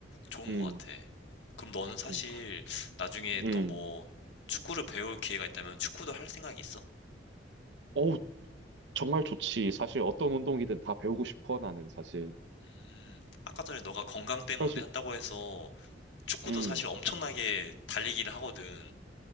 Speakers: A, on the left; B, on the right.
A: 좋은
B: 음,
A: 것 같아. 그럼 너는 사실
B: 음,
A: 나중에
B: 음.
A: 또 뭐 축구를 배울 기회가 있다면 축구도 할 생각이 있어?
B: 어우, 정말 좋지. 사실 어떤 운동이든 다 배우고 싶어, 나는 사실.
A: 음, 아까 전에 너가 건강 때문에
B: 그래가지고,
A: 한다고 해서 축구도
B: 음.
A: 사실 엄청나게 달리기를 하거든.